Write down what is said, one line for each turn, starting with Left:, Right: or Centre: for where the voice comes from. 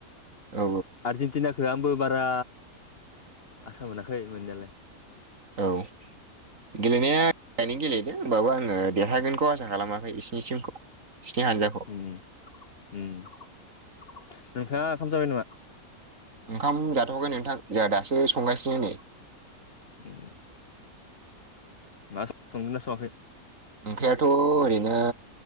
Right: औ
Left: आरजन्टिना आंबो बारा आसा मोनाखै मोननायालाय
Right: औ गेलेनाया नो गेलेदो होमबाबो आङो देरहागोनखौ आसा खालामाखै इसिनिसिम स्नि जाखखौ
Left: उम उम नोंथाङा ओंखाम जाबाय नामा
Right: ओंखाम जाथ'आखै नोंथां जोंहा दासो संगासिनो नै
Left: उम मा संगोन ना संआखै?
Right: ओंख्रियाथ' ओरैनो